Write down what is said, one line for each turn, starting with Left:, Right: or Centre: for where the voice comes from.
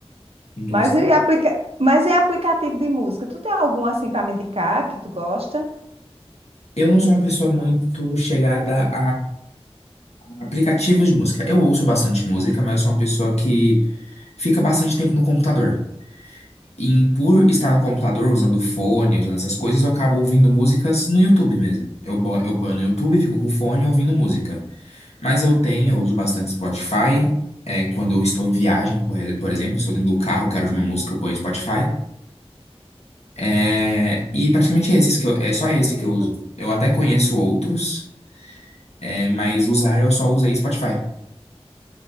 Left: Então,
Right: Mas
Left: assim,
Right: e, aplica... Mas e aplicativo de música? Tu tem algum assim para me indicar que tu gosta?
Left: Eu não sou uma pessoa muito chegada Aplicativos de música. Eu ouço bastante música, mas eu sou uma pessoa que fica bastante tempo no computador. E por estar no computador, usando fone, usando essas coisas, eu acabo ouvindo músicas no YouTube mesmo. Eu, bo- eu ponho no YouTube, fico com o fone ouvindo música. Mas eu tenho,
Right: Você
Left: eu uso bastante
Right: gosta?
Left: Spotify. É, quando eu estou em viagem, por, por exemplo, estou dentro do carro, quero ouvir uma música, eu ponho Spotify. É, e praticamente esses que eu, é só esse
Right: Isso.
Left: que eu uso. Eu até conheço outros, é, mas usar eu só usei Spotify.